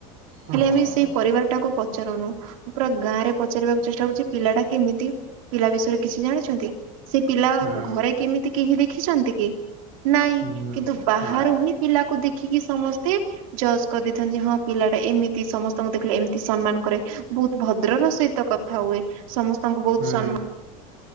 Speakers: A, on the right; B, on the right.
A: ହଁ
B: ଖାଲି
A: ହଁ
B: ଆମେ ସେଇ
A: ହଁ
B: ପରିବାରଟାକୁ ପ ଚାରୁନୁ ମୁଁ ପୁରା ଗାଁ ରେ ପଚାରିବାକୁ ଚେଷ୍ଟା କରୁଚି ପିଲାଟା କେମିତି? ପିଲା ବିଷୟରେ କିଛି ଜାଣିଛନ୍ତି, ସେ ପିଲା
A: ହୁଁ
B: ଘରେ କେମିତି କେହି ଦେଖିଛନ୍ତି କି? ନାଇଁ
A: ହୁଁ
B: କିନ୍ତୁ ବାହାରୁ
A: ନାଇଁ
B: ହିଁ ପିଲାକୁ ଦେ ଖିକି ସମସ୍ତେ ଜଜ୍ କରିଦେଇଥାନ୍ତି, ହଁ ପିଲାଟା ଏମିତି ସମସ୍ତଙ୍କୁ ଦେଖିଲେ ଏମିତି ସମ୍ମାନ କରେ। ବହୁତ ଭଦ୍ରର ସହିତ କଥା ହୁଏ। ସମ ସ୍ତଙ୍କୁ ବହୁତ
A: ହୁଁ
B: ସମ୍ମାନ